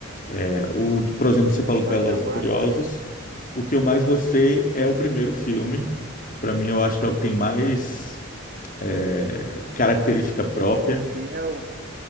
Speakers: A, on the left; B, on the right.
A: É, o, por exemplo,
B: Acho
A: você
B: que
A: falou
B: é um
A: de
B: baita
A: Velozes
B: marca
A: e Furiosos.
B: ali.
A: O que eu mais gostei é o primeiro filme. Para mim, eu acho que é o que tem mais é, característica própria.
B: Fiel,